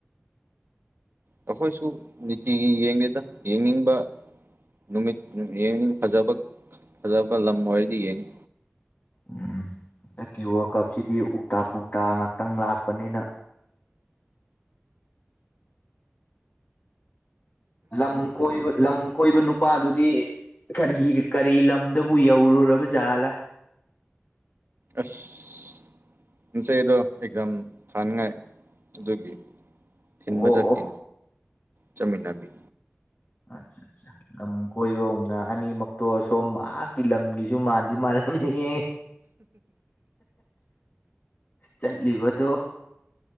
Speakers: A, on the right; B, on the left.
A: ꯑꯩꯈꯣꯏꯁꯨ ꯅꯤꯇꯤꯒꯤ ꯌꯦꯡꯗꯦꯗ ꯌꯦꯡꯅꯤꯡꯕ ꯅꯨꯃꯤꯠ ꯌꯦꯡꯅꯤꯡ ꯐꯖꯕ ꯐꯖꯕ ꯂꯝ ꯑꯣꯏꯔꯗꯤ ꯌꯦꯡꯉꯤ
B: ꯎꯝ ꯍꯟꯗꯛꯀꯤ ꯋꯥꯔꯜ ꯀꯞꯁꯤꯗꯤ ꯎꯜꯇꯥꯥ ꯄꯨꯜꯇꯥꯥ ꯉꯥꯛꯇꯪ ꯂꯥꯛꯄꯅꯤꯅ ꯂꯝ ꯀꯣꯏꯕ ꯂꯝ ꯀꯣꯏꯕ ꯅꯨꯄꯥꯗꯨꯗꯤ ꯀꯔꯤ ꯀꯔꯤ ꯂꯝꯗꯕꯨ ꯌꯧꯔꯨꯔꯕ ꯖꯥꯠꯂꯥ
A: ꯑꯁ <unintelligible> ꯑꯦꯛꯖꯥꯝ ꯊꯥꯅꯤꯉꯥꯏ ꯑꯗꯨꯒꯤ ꯊꯤꯟꯕ
B: ꯑꯣ
A: ꯆꯠꯀꯦ ꯆꯠꯃꯤꯟꯅꯕꯤ
B: ꯑꯆꯥ ꯆꯥ ꯂꯝ ꯀꯣꯏꯕꯒꯨꯝꯅ ꯑꯅꯤꯃꯛꯇꯣ ꯑꯁꯣꯝ <unintelligible> ꯂꯝꯒꯤꯁꯨ ꯃꯥꯟꯗꯤ ꯃꯥꯥꯟꯂꯝꯅꯤꯍꯦ ꯆꯠꯂꯤꯕꯗꯣ